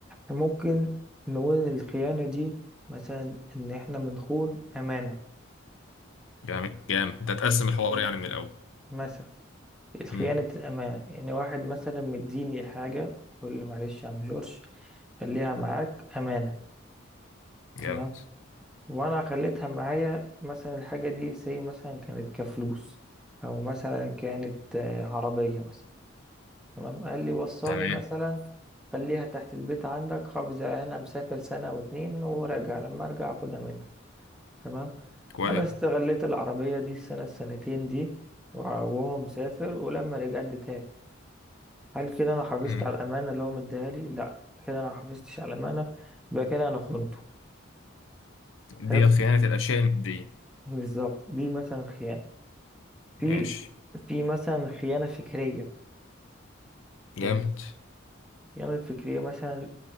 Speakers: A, in the centre; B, on the left.
A: ممكن نقول الخيانة دي مثلا إن إحنا بنخون أمانة
B: جامد جامد انت هتقسم الحوار
A: حلو.
B: يعني من الاول
A: مثلا خيانة
B: امم
A: الأمانة يعني واحد مثلا مديني حاجة يقول لي معلش يا عم جورج خليها معاك أمانة تمام
B: جامد
A: وأنا خليتها معايا مثلا الحاجة دي زي مثلا كانت كفلوس أو مثلا كانت آه، عربية مثلا تمام قال لي وصاني
B: تمام
A: مثلا خليها تحت البيت عندك حافظ عليها انا مسافر سنة واتنين وراجع لما ارجع اخدها منك تمام
B: كويس
A: انا استغليت العربية دي السنة السنتين دي وع- وهو مسافر ولما رجع اديتها له هل كده انا حافظت
B: امم
A: على الامانة اللي هو مديها لي لا كده انا محافظتش على الامانة يبقى كده انا خنته
B: دي
A: حلو
B: خيانة الاشياء المادية
A: بالظبط دي مثلا خيانة في
B: ماشي
A: في مثلا خيانة فكرية حلو
B: جامد
A: الخيانة الفكرية مثلا